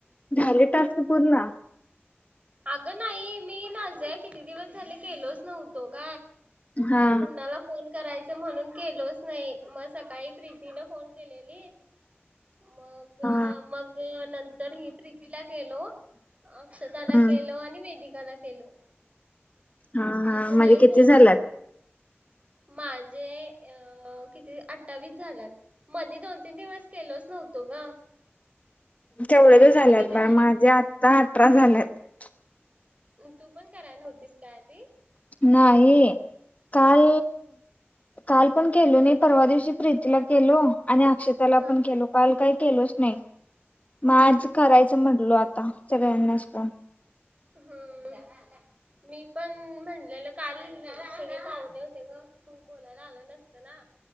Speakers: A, on the left (about 35°); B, on the right (about 30°).
A: झाले टास्क पूर्ण.
B: अगं नाही मी नाज़िया किती दिवस झाले गेलोच नव्हतो ग
A: हा
B: कुणाला फोन. करायचं म्हणून केलोच नाही मग सकाळी प्रीतीन फोन केलेली. मग
A: हा
B: मग. नंतर मी प्रीतीला केलो अक्षताला
A: हम्म
B: केलो आणि. वेदिकाला केलो.
A: हा हा
B: अजून
A: म्हणजे
B: नाही
A: किती
B: झाले
A: ज़ा.
B: माझे अ किती अठ्ठावीस झालात म. मी दोन-तीन दिवस केलोच नव्हतो ग.
A: तेवढेच
B: तुझे
A: झालेत
B: किती
A: बाळ
B: झाले?
A: माझे आत्ता अठरा झालेत
B: तू पण करायन्हवतीस का आधी
A: नाही काल काल पण केलो नाही परवा दिवशी प्रीतीला केलो आणि अक्षताला
B: हा
A: पण केलो काल काय केलोच नाही मग
B: हा
A: आज करायचं म्हटलो आता सगळ्यांनाच फोन
B: हम्म मी पण म्हणलेलं काल सगळे पाहुने होते ग मग बोलायला आलं नसतं ना